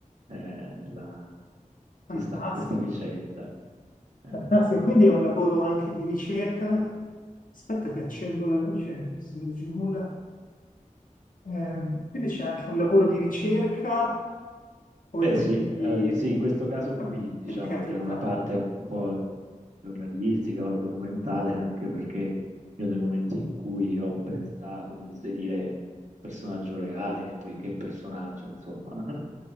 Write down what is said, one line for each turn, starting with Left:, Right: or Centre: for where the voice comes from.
Right: eh, nella- questa-
Left: Fantastico,
Right: in questa vicenda. Eh,
Left: fantastico.
Right: però,
Left: Quindi è un lavoro anche di ricerca. Aspetta che accendo la luce, non si vede più nulla. Ehm, quindi c'è anche un lavoro di ricerca, oltre
Right: Beh, sì,
Left: che
Right: eh,
Left: di,
Right: sì, in questo caso
Left: di-
Right: qui, diciamo,
Left: che di creatività.
Right: c'era una parte un po' giornalistica o documentale, anche perché io nel momento in cui ho pensato di inserire personaggio reale, e poi che personaggio, insomma, <laughs>